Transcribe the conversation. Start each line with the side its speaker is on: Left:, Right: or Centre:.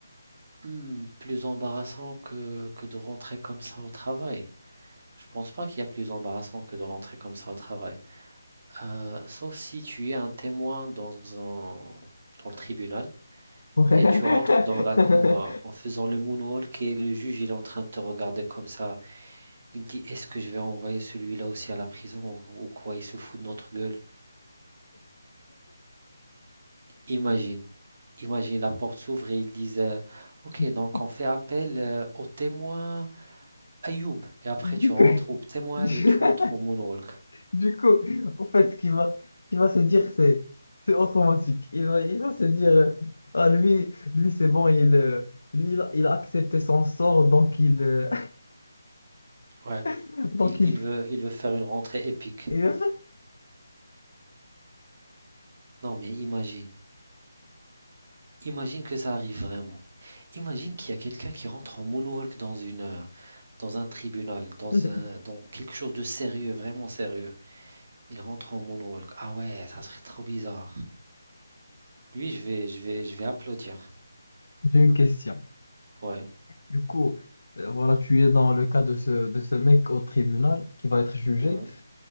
Right: Hmm, plus embarrassant que, que de rentrer comme ça au travail. Je pense pas qu'il y a plus embarrassant que de rentrer comme ça au travail. Euh, sauf si tu es un témoin dans un, dans le tribunal
Left: <laughs> Ouais.
Right: et tu rentres dans la cour euh, en faisant le moonwalk et le juge il est en train de te regarder comme ça. Il dit est-ce que je vais envoyer celui-là aussi à la prison ou, ou quoi? Il se fout de notre gueule. Imagine. Imagine, la porte s'ouvre et ils disent euh, Ok,
Left: <laughs>
Right: donc on fait appel euh, aux témoins Ayoub et après tu
Left: Du
Right: rentres
Left: coup,
Right: au Ptemoal
Left: <laughs>
Right: et tu rentres au Moonwalk.
Left: du coup, en fait, ce qu'il va, ce qu'il va se dire, c'est, c'est automatique. Il va, il va se dire, euh, ah, lui, lui, c'est bon, il, euh, lui, il a, il a accepté son sort, donc il, euh,
Right: Ouais.
Left: <laughs> donc
Right: Il,
Left: il.
Right: il veut, il veut faire une rentrée épique.
Left: Et, euh,
Right: Non mais imagine, imagine que ça arrive vraiment. Imagine qu'il y a quelqu'un qui rentre en Moonwalk dans une, euh, dans un tribunal, dans
Left: <laughs>
Right: un, dans quelque chose de sérieux, vraiment sérieux. Il rentre en Moonwalk. Ah ouais, ça serait trop bizarre. Lui, je vais, je vais, je vais applaudir.
Left: J'ai une question.
Right: Ouais,
Left: Du coup, euh, voilà, tu es dans le cas de ce, de ce mec au tribunal qui va être jugé,
Right: ouais,